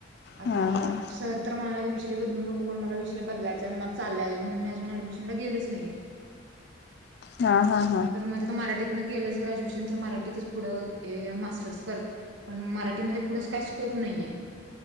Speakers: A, on the right; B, on the left.
A: आता
B: हा हा
A: सर तर म्हणाल्यात विष विषय बदलू नको करून मला विषय बदलायचा आहे मला चालय म्हणून मी अजून ॲडमिशनला गेलेच नाही आहे.
B: हां हां.
A: तर मग तर मराठीत न केलंच ग्रॅज्युएशन तर मराठीतच पुढं हे मास्टर्स कर पण मराठीमध्ये पुढंच काही स्कोप नाही आहे